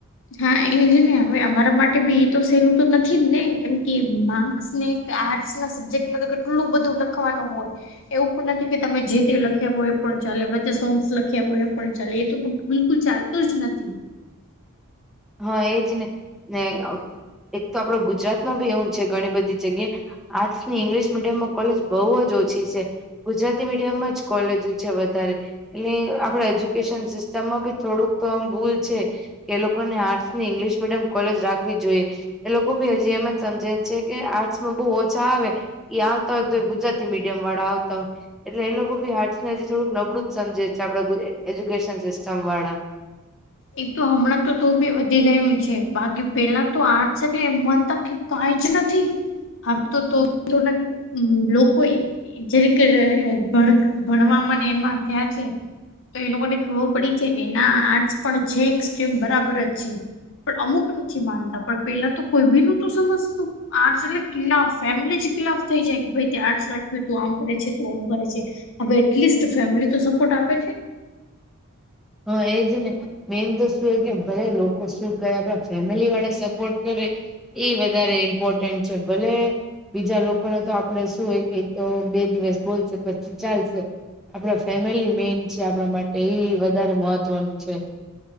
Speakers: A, on the left; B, in the centre.
A: હા એજ ને હવે અમારા માટે બી એ તો સહેલું તો નથી જ ને કેમ કે મા. ને આર્ટસ ના સબ્જેક્ટમાં તો કેટલું બધું લખવાનું હોય. એવું પણ નથી કે તમે જે તે લખ્યા હોો એ પણ ચાલે બચે સોંગ્સ લખ્યા હોય એ પણ ચાલે એ તો. બિલકુલ ચાલતો જ નથી.
B: હા એજ ને ને એક તો આપડો ગુજરાતમાં બી એવું છે ઘણી બધી જગ્યા. આર્ટ્સ ની ઇંગ્લિશ મીડિયમમાં કોલેજ બહુ જ ઓછી છે. ગુજરાતી મીડિયમમાં જ કોલેજો છે વધારે એટલે આપડે એજ્યુકેશન સિસ્ટમમાં બી થોડુંક તો ભૂલ છે લોકોનેર્ટસ ંગ્લિશ મીડિયમ કોલેજ રાખવી જોઈએ એ લોકો બી હજી એમ જ સમજે છે કે આર્ટસમાં બહુ ઓછા આવે. એ આવતા હોય તો ગુજરાતી મીડિયમ વાળા આવતા હોય. એટલે એ લોકો ભી હાજ ને હજી થોડુંક નબળું જ સમજે છે આપડા એજ્યુકેશન સિસ્ટમ વાળા
A: એ તો હમણાં તો તો બી વધી ગું છે બાકી પેલા તો આજટલે એમ મનતા કઈ જ નથી આ તો તો થોડાક લોકો જે ભ ભણવા મને એમાં થયા છે. તો એ લોકોને ખબર પડી છે કે ના આજ પણ છેક્સમ બરાબર જ છે. પણ અમુક નથી માનતા પણ પેલા તો કોઈ બી ન તો સમજતું. આર્ટસ એટલે કિલા ફેમિલી જ કિલાફ થઈ જાય કે ભાઈ આર્ટસ રાખ્યું તું આમ કરે છે તું ઓમ કરે છે. હવે એટલીસ્ટ ફેમિલી તો સપોર્ટ આપે છે.
B: હા એજ ને મેન તો શું કે ભલે લોકો શું કરે આપડા ફેમિલી વાળા સપોર્ટ કરે ઈ વધારે ઇમ્પોર્ટન્ટ છે ભલે બીજા લોકોને તો આપડે શું હોય કે તો બે દિવસ બોલશે પછી ચાલશે આપણા ફેમિલી મેન છે આપણા માટે એ વધારે મહત્વનું છે.